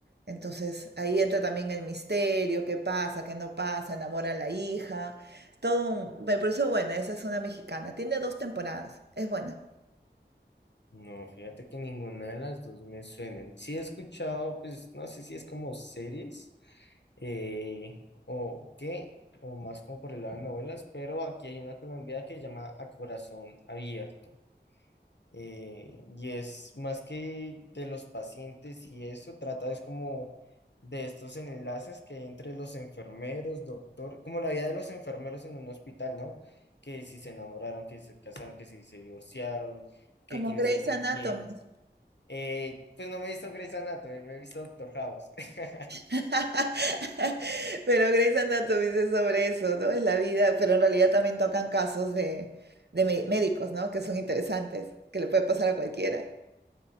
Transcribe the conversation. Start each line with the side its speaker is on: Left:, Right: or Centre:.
Right: Entonces ahí entra también el misterio, qué pasa, qué no pasa, enamora a la hija, todo un... Me pareció buena, esa es una mexicana, tiene dos temporadas, es buena.
Left: No, fíjate que ninguna de las dos me suenan. Sí he escuchado, pues no sé si es como series eh, o qué, o más como por el lado de novelas, pero aquí hay una colombiana que se llama A Corazón Abierto. eh, y es más que de los pacientes y eso, trata es como de estos enlaces que hay entre los enfermeros, doctor, como la vida de los enfermeros en un hospital, ¿no? Que si se enamoraron, que si se casaron, que si se divorciaron, que
Right: Como
Left: quién
Right: Grey's
Left: está con
Right: Anatomy.
Left: quién. Eh, pues no me he visto Grey's Anatomy, me he visto Doctor House. <laughs>
Right: <laughs> Pero Grey's Anatomy es sobre eso, ¿no? Es la vida, pero en realidad también tocan casos de, de mé- médicos, ¿no? Que son interesantes, que le puede pasar a cualquiera.